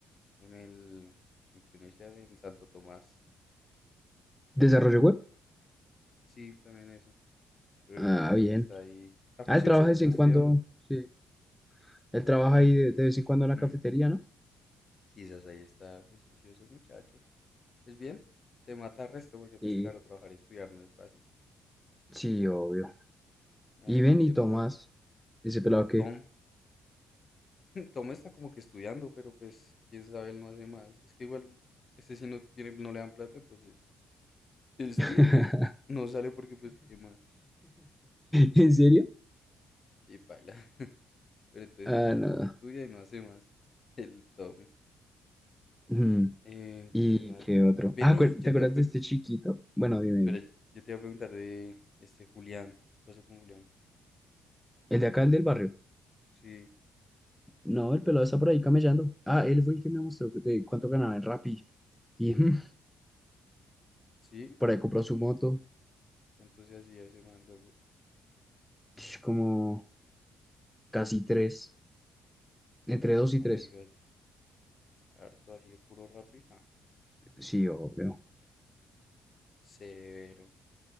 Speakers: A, on the left; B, in the centre.
A: en el, en qué universidad, en Santo Tomás,
B: ¿Desarrollo web?
A: sí, también eso, programación
B: Ah, bien.
A: está ahí, está juicioso
B: Ah, él trabaja
A: y
B: de
A: está
B: vez en
A: estudiando
B: cuando, sí. Él trabaja
A: e,
B: ahí
A: en,
B: de, de vez en cuando en la
A: mm,
B: cafetería, ¿no?
A: sí, esas ahí está pues juicioso el muchacho. Pues bien, se mata el resto porque pues
B: Y
A: claro, trabajar y estudiar no es fácil.
B: Sí, obvio.
A: A
B: Y
A: ver,
B: ven
A: ¿de quién
B: y Tomás,
A: más me... ac-
B: ese pelado que.
A: Tom. <laughs> Tom está como que estudiando, pero pues quién sabe, él no hace más. Es que igual, este sí no tiene, no le dan plata, entonces él estudia
B: <laughs>
A: y pues no sale porque pues qué más.
B: ¿En serio?
A: Sí, baila. <laughs> Pero entonces
B: Ah,
A: sí,
B: no.
A: estudia y no hace más. El Tommy.
B: Mm,
A: Eh,
B: ¿Y
A: ¿quién más?
B: qué
A: B-
B: otro?
A: Benny,
B: Ah, acuer-
A: yo
B: ¿te acuerdas
A: te iba a, pre-
B: de este chiquito? Bueno, dime,
A: espera,
B: dime.
A: yo te iba a preguntar de este Julián. ¿Qué pasó con Julián?
B: El de acá, el del barrio.
A: Sí,
B: No, el pelado está por ahí camellando. Ah, él fue el que me mostró que- de cuánto ganaba en Rappi. Y mm,
A: sí.
B: por ahí compró su
A: ¿Cuán-
B: moto.
A: ¿Cuánto se hacía ese man luego?
B: Sh, Como casi tres. Entre dos y
A: Oh
B: tres.
A: my god. Harto así de puro Rappi. Ja,
B: Sí, obvio.
A: severo.